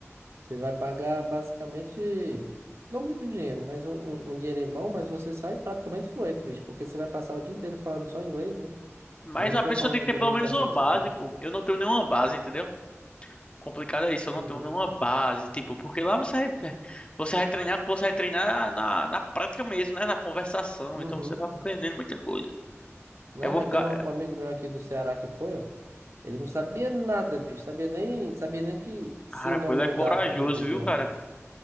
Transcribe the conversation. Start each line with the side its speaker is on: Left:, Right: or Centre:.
Right: Você vai pagar basicamente, não muito dinheiro, mas um, um, um dinheirinho bom, mas você sai praticamente fluente, bicho, porque você vai passar o dia inteiro falando só inglês, né?
Left: Mas
Right: É a única
Left: a pessoa
Right: forma
Left: tem
Right: de
Left: que ter
Right: comunicação
Left: pelo menos uma
Right: que
Left: base,
Right: você tem.
Left: pô. Eu não tenho nenhuma base, entendeu? Complicado é isso, eu
Right: Uhum,
Left: não tenho nenhuma base, tipo, porque lá você vai- é, você vai treinar, você vai treinar na, na prática mesmo, né? Na conversação,
Right: uhum.
Left: então você vai aprendendo muita coisa.
Right: Não,
Left: Eu vou
Right: mas
Left: ficar,
Right: teve um, um amigo meu aqui do Ceará que foi, ó. Ele não sabia nada, bicho, sabia nem, sabia nem que se
Left: cara,
Right: o nome
Left: pô, ele
Right: mudava
Left: é corajoso,
Right: em outro idioma.
Left: viu, cara?